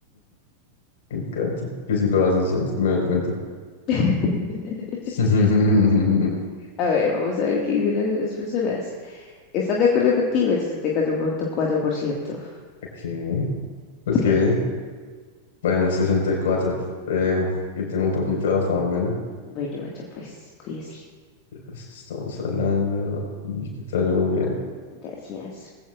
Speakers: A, on the left; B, on the left.
A: Me encanta. Que si lo haces siempre me doy cuenta.
B: <laughs>
A: <laughs>
B: A ver, vamos a ver qué dicen las otras personas. ¿Están de acuerdo contigo? El 64.4%.
A: Ok, ok.
B: Excelente.
A: Bueno, sesenta y cuatro Te dejo. Yo tengo un poquito de afán, bueno.
B: Bueno, macho, pues cuídese.
A: Estamos hablando y que te vaya muy bien.
B: Gracias.